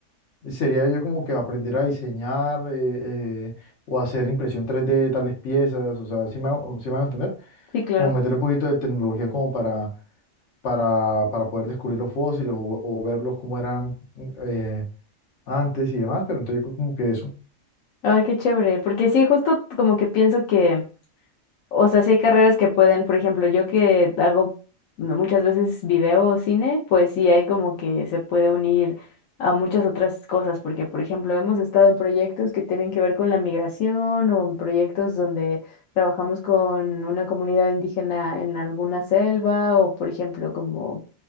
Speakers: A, on the left; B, on the left.
A: Sería yo como que aprender a diseñar eh, eh, o hacer impresión 3D de tales piezas, o sea, si me, hago- sí me van a entender?
B: sí, claro.
A: Como meterle un poquito de tecnología como para, para, para poder descubrir los fósiles o, o verlos como eran eh, antes y demás, pero entonces yo creo como que eso.
B: Ay, qué chévere, porque sí, justo como que pienso que O sea, sí hay carreras que pueden, por ejemplo, yo que hago muchas veces video o cine, pues sí hay como que se puede unir a muchas otras cosas, porque por ejemplo hemos estado en proyectos que tienen que ver con la migración o en proyectos donde trabajamos con una comunidad indígena en alguna selva o por ejemplo como